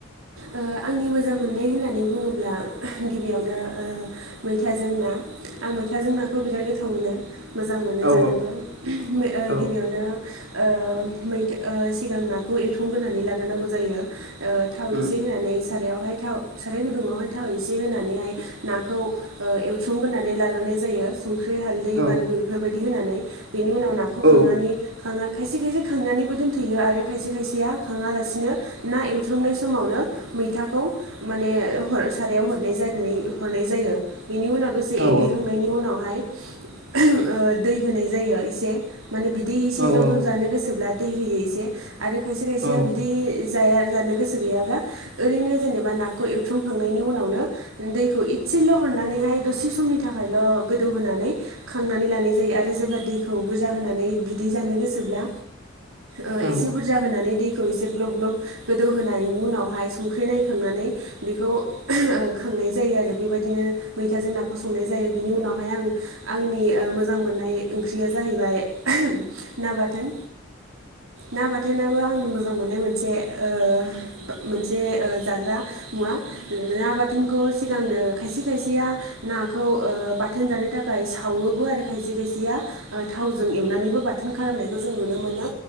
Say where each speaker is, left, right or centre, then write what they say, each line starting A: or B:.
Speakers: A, on the right; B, on the right.
A: ओ आंनि मोजां मोननाय होननानै बुङोब्ला गिबियावनो मैथाजों ना। आं मैथाजों नाखौ बिराद गोथाव मोनो मोजां मोनो
B: औ
A: जानोबो ओ
B: औ
A: गिबियावनो ओ मै ओ सिगां नाखौ एरथंग्रोनानै लाग्रोनांगौ जायो ओ थाव
B: उम
A: एसे होनानै सारायावहाय थाव साराय गुदुङावहाय थाव एसे होनानैहाय नाखौ ओ एवथ्रोमग्रोनानै लाग्रोनाय जायो संख्रि हालदै
B: औ
A: बानलु बेफोरबायदि होनानै। बेनि उनाव नाखौ
B: औ
A: खांनानै खायसे खायसे खांनानैबो दोनथ'यो आरो खायसे खायसेया खाङालासिनो ना एवथ्रमनाय सम समावनो मैथाखौ माने हर सारायाव हरनाय जानानै हरनाय जायो। बेनि उनाव दसे
B: औ
A: एग्लिखांनायनि उनावहाय ओ दै होनाय जायो एसे। माने बिदै एसे
B: औ
A: जब
B: औ
A: जब जानो गोसोब्ला दै होयो एसे। आरो खायसे खायसेया
B: औ
A: बिदि जाया जानो याब्ला ओरैनो जेनेबा नाखौ एवथ्रमखांनायनि उनावनो दैखौ इथसेल' हरनानैहाय द से समनि थाखायल' गोदौ होननानै खांनानै लानाय जायो आरो जेब्ला दैखौ बुरजा होनानै बिदै जानो गोसोब्ला ओ
B: औ
A: एसे बुरजा होननानै दैखौ एसे ग्लब ग्लब गो दौ होनायनि उनावहाय संख्रि नायखांनानै बेखौ खांनाय जायो आरो बेबायदिनो मैथाजों नाखौ संनाय जायो बिनि उनावहाय आं आंनि मोजां मोननाय ओंख्रिया जाहैबाय ना बाथोन ना बाथोनाबो आं मोजां मोननाय मोनसे ओ मोनसे ओ जाग्रा मुवा ना बाथोनखौ सिगांनो खायसे खायसेया नाखौ ओ बाथोन जानो थाखाय सावोबो आरो खायसे खायसेया ओ थावजों एवनानैबो बाथोन खालामनायखौ जों नुनो मोनो।